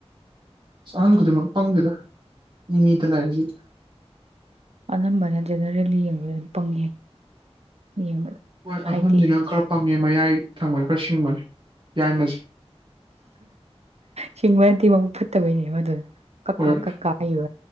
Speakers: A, on the right; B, on the right.
A: ꯑꯁ ꯑꯍꯟ ꯈꯨꯗꯤꯡꯃꯛ ꯄꯪꯗꯦꯗ ꯏꯃꯤꯗꯂꯁꯤ
B: ꯑꯅꯝꯕꯅ ꯖꯦꯅꯔꯦꯜꯂꯤ ꯌꯦꯡꯕꯗ ꯑꯗꯨꯝ ꯄꯪꯉꯦ ꯌꯦꯡꯕꯗ
A: ꯍꯣꯏ
B: ꯍꯥꯏꯗꯤ
A: ꯑꯍꯣꯟꯖꯤꯅ ꯈꯔ ꯄꯪꯉꯦ ꯃꯌꯥꯏ ꯊꯪꯕꯅ ꯈꯔ ꯁꯤꯡꯕꯅꯦ ꯌꯥꯏꯃꯁꯦ
B: ꯁꯦꯡꯃꯗꯤꯃ ꯆꯠꯇꯕꯩꯅꯦ ꯃ ꯑꯗꯨ ꯀꯀꯥ
A: ꯍꯣꯏ
B: ꯀꯀꯥ ꯑꯣ